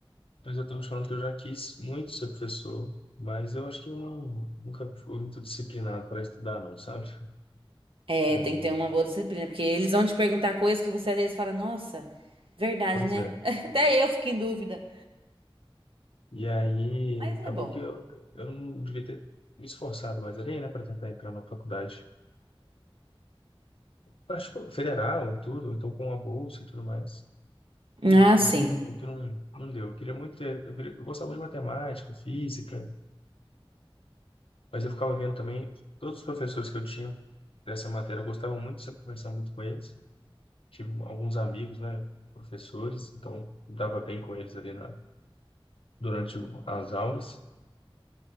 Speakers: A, on the left; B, on the right.
A: Mas eu tenho falando que eu já quis muito ser professor, mas eu acho que eu não, nunca fui muito disciplinado para estudar, não, sabe?
B: É,
A: É,
B: tem que ter uma boa disciplina, porque eles vão te perguntar coisas que você às vezes fala, nossa, verdade,
A: Pois
B: né?
A: é.
B: <laughs> Até eu fico em dúvida,
A: E aí,
B: mas
A: acabou
B: é bom.
A: que eu, eu não devia ter me esforçado mais ali, né, para tentar entrar na faculdade, acho que federal, tudo, então com a bolsa e tudo mais.
B: Ah,
A: Então,
B: sim.
A: acabou que não, não deu. Eu queria muito ter, eu, queria- eu gostava de matemática, física, Mas eu ficava vendo também, todos os professores que eu tinha dessa matéria, eu gostava muito de conversar muito com eles. Tive alguns amigos, né, professores, então me dava bem com eles ali na, durante o- as aulas.